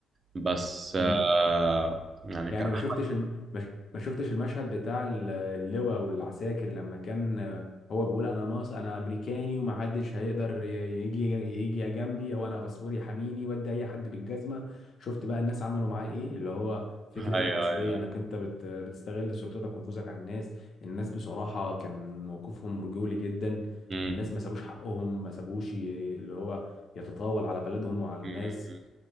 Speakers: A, on the right; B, on the left.
A: بس
B: كده
A: آه يعني
B: يعني
A: كأحمد
B: ما شفتش الم... ما ش- ما شفتش المشهد بتاع ال- اللواء والعساكر لما كان آه، هو بيقول انا مص انا امريكاني ومحدش هيقدر ي- يجي يجي جنبي او انا باسبوري حميني ودي اي حد بالجزمه شفت بقى الناس عملوا معاه ايه اللي هو فكره
A: <laughs> أيوه
B: العنصريه
A: أيوه
B: انك انت بت... بتستغل سلطتك ونفوذك على الناس الناس بصراحه كان موقفهم رجولي جدا
A: مم.
B: الناس ما سابوش حقهم ما سابوش ي- اللي هو يتطاول على بلدهم وعلى الناس
A: مم.